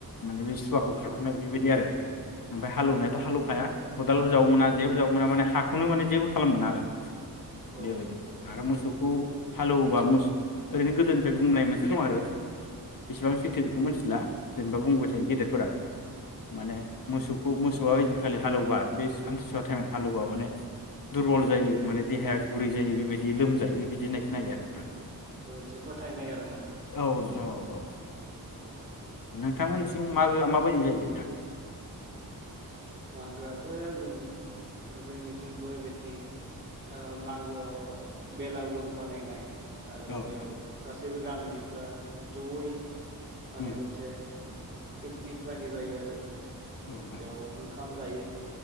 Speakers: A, on the left; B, on the right.
A: माने बे सुवाखौ
B: औ
A: खारहोनाय बेबायदि आरो। ओमफाय हालौवनायाथ'
B: औ
A: हालौखाया। खदालबो जावनो मोना जेबो जावनो मोना माने हा खौनो माने जेबो खालामोन आरो।
B: औ
A: बेबायदि आरो मोसौ खौ हालेवोबा मोस ओरैनो गोदोनिफ्राय बुंनाय मोनसे दं आरो बेसेबां सैथो बेखौ मोनथिला जेनेबा बुंबाय थायो गेदेरफोरा माने मोसौखौ मोसौआ ओइदिनखालि हालौबा बे आमथिसुवा टाइमाव हालेवबा माने दुरबल जायो माने देहाया गुरै जायो बेबायदि लोमजायो बिदि होननाय खोनायो आरो।
B: औ ओनसो फोथायनाय आरोना।
A: औ नोंथां औ औ।
B: औ।
A: नोंथांमोननिथिं मागोआ माबायदि जायो नोंथां?
B: मागोआथो जों जोंनिथिंबो बेथिं ओ मागोआव ओ बेलागुर बानायनाय आरो
A: औ नोंथां
B: बेयाव गासैबो गामिनिफोरा जयै माने
A: उम
B: मोनसे पिकनिक बादि जायो आरो।
A: अ नोंथां।
B: बेयाव ओंखाम जायो।